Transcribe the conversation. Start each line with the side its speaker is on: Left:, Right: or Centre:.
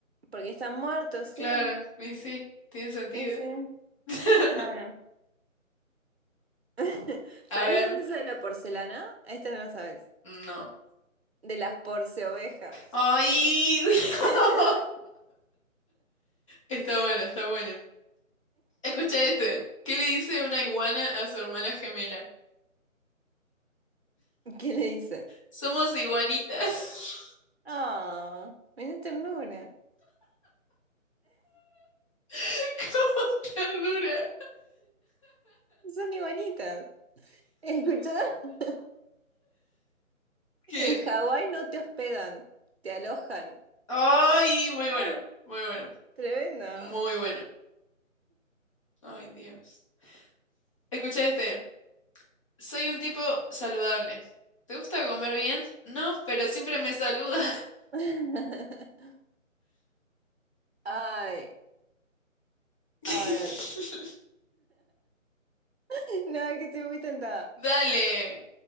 Right: Porque están muertos, sí.
Left: Claro, y sí, tiene sentido.
Right: Ese,
Left: <laughs>
Right: claro. <laughs> sabes
Left: A ver,
Right: de dónde sale la porcelana? Esta no lo sabes.
Left: no.
Right: De las porceovejas.
Left: Ay, <laughs>
Right: <laughs>
Left: está bueno, está bueno. Escucha este. ¿Qué le dice una iguana a su hermana gemela?
Right: ¿Qué le dice?
Left: Somos iguanitas.
Right: Ah, menuda ternura.
Left: <laughs> Como ternura.
Right: Son iguanitas. ¿Escuchá? <laughs>
Left: <laughs> ¿Qué?
Right: En Hawái no te hospedan, te alojan.
Left: Ay, muy bueno,
Right: Ay,
Left: muy bueno,
Right: tremendo.
Left: muy bueno. Ay, Dios. Escucha este. Soy un tipo saludable. ¿Te gusta comer bien? No, pero siempre me saluda.
Right: <laughs> Ay,
Left: <laughs>
Right: a ver. <laughs> No, es que estoy muy tentada.
Left: Dale.